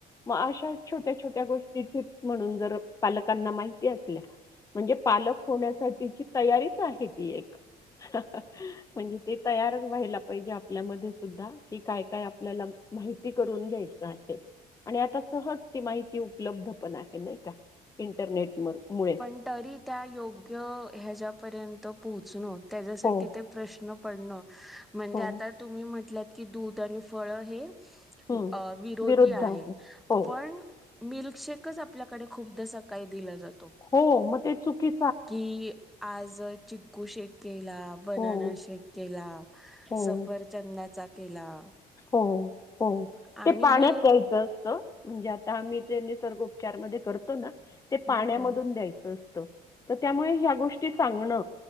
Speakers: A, on the left; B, in the centre.
A: म अशा छोट्या-छोट्या गोष्टी टिप्स म्हणून जर पालकांना माहिती असल्या म्हणजे पालक होण्यासाठीची तयारीच आहे ती एक. हं, हं, अं म्हणजे ते तयारच व्हायला पाहिजे, आपल्यामध्ये सुद्धा. कि काय-काय आपल्याला माहिती करून घ्यायचं आहे, आणि आता सहज ती माहिती उपलब्ध पण आहे नाही का इंटरनेटमूळे
B: पण तरी त्या योग्य ह्याच्यापर्यंत पोहोचुन त्याच्यासाठी
A: हो,
B: ते प्रश्न पडणं म्हणजे
A: हो.
B: आता तुम्ही म्हटलंत की दूध आणि फळं हे
A: हं.
B: अ विरोधी
A: विरुद्ध
B: आहे,
A: हो.
B: पण मिल्कशेकच आपल्याकडे खूपदा सकाळी दिला जातो.
A: हो, मग ते चुकी
B: की आज चि -क्कू शेक केला, बनना
A: हो,
B: शेक केला,
A: हो.
B: सफरचंदाचा केला.
A: हो, हो ते
B: आणि
A: पाण्यात
B: हे
A: प्यायचं असतं. म्हणजे आता आम्ही जे निसर्गोपचार मधे करतो ना ते पाण्यामधून
B: बरं
A: द्यायचं असत. त, तर त्यामुळे ह्या गोष्टी सांगणं